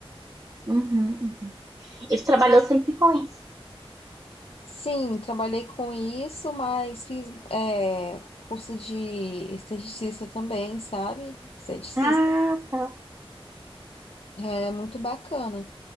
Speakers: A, on the right; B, on the left.
A: Uhum, uhum. Ele trabalhou sempre com isso.
B: Sim, trabalhei com isso, mas fiz é, curso de esteticista também, sabe? Esteticista.
A: Ah, tá.
B: É muito bacana.